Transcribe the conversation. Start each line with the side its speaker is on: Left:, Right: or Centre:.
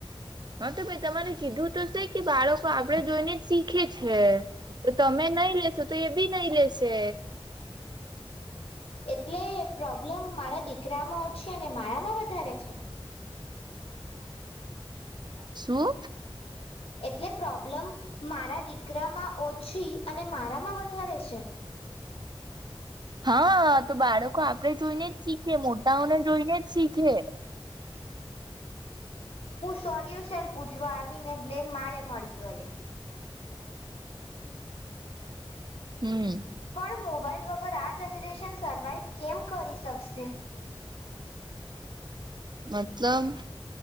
Right: હા તો ભાઈ તમારે કીધું તો છે કે બાળકો આપડે જોઈને જ શીખે છે તો તમે નઈ લેશો તો એ બી નહી લેશે
Left: એટલે પ્રોબ્લેમ મારા દીકરામાં ઓછી અને માળામાં વધારે છે
Right: શું
Left: એટલે પ્રોબ્લમ મારા દીકરામાં ઓછી અને મારામાં વધારે છે
Right: હા તો બાળકો આપડે જોઈને જ શીખે મોટાઓને જોઈને જ શીખે
Left: હું સોલ્યુશન પૂછવા આવીને બ્લેમ મારે મળી ગયો
Right: હમ્મ
Left: પણ મોબાઈલ વગર આ જનરેશન સર્વાઈવ કેમ કરી શકશે
Right: મતલબ